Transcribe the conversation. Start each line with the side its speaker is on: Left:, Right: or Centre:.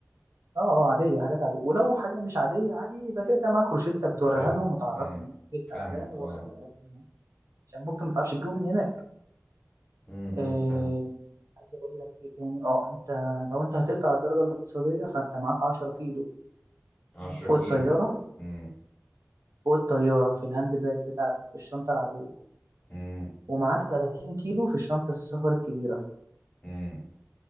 Right: اه عادية حاجات عادية ولو حاجة مش عادية عادي يبقى كده كده معاك روشتة بتوريها
Left: فاهم
Right: لهم وتعرفهم
Left: أمم،
Right: ان انت راجل
Left: فاهمك
Right: تعبان واخد
Left: اه
Right: العلاج ده من هنا عشان ممكن ما تعرفش تجيبه من هناك
Left: امم
Right: آه
Left: فاهم
Right: عايز اقول لك ايه تاني اه انت لو انت هتقطع الدرجة الاقتصادية فانت معاك 10 كيلو
Left: عشرة
Right: فوق
Left: كيلو
Right: الطيارة
Left: امم
Right: فوق الطيارة في الهاند باج بتاعتك في الشنطة العادية
Left: امم
Right: ومعاك 30 كيلو في الشنطة السفر الكبيرة
Left: امم